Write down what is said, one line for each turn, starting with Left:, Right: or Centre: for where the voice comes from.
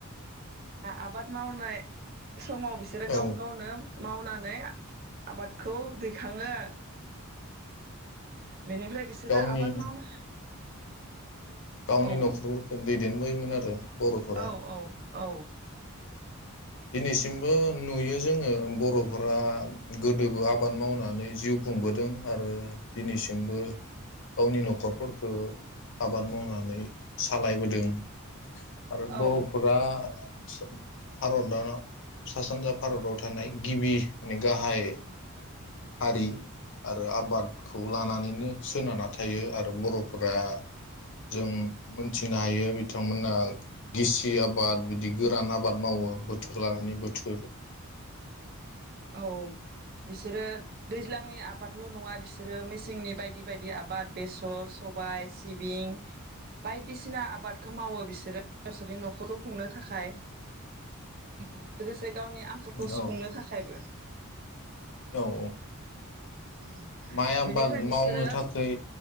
Right: आबाद मावनाय समाव बिसोरो
Left: औ
Right: गाव गावनो मावनानै आबादखौ दैखाङो बेनिफ्रा
Left: गावनि
Right: आबाद मावनो
Left: गावनि
Right: औ
Left: न'खरफोरखौ दैदेनबोयोमोन आरो बर'फोरा
Right: औ औ औ
Left: दिनैसिमबो नुयो जोङो बर' फोरा गोदोबो आब बाद मावनानै जिउ खुंबोदों आरो दिनैसिमबो गावनि न'खरफोरखौ आबाद मावनानै सालायबोदों आरो
Right: औ
Left: बर'फोरा सोब भारताव सा सानजा भारताव थानाय गिबि ने गाहाय हारि आरो आबादखौ लानानैनो सोनारना थायो आरो बर'फोरा जों मोनथिनो हायो बिथांमोना गिसि आबाद बिदि गोरान आबाद मावो। बोथोर लानानै बोथोर
Right: औ बिसोरो दैज्लांनि आबादल' नङा बिसोरो मेसेंनि बायदि बायदि आबाद बेसर सबाय सिबिं बायदिसिना आबादखौ मावो बिसोरो गावसोरनि न'खरखौ खुंनो थाखाय लोगोसे गावनि आंखालखौ सुफुंनो
Left: औ
Right: थाखायबो
Left: औ औ
Right: औ
Left: माइ आबाद
Right: बेनिफ्राय बिसोरो
Left: मावनो थाखै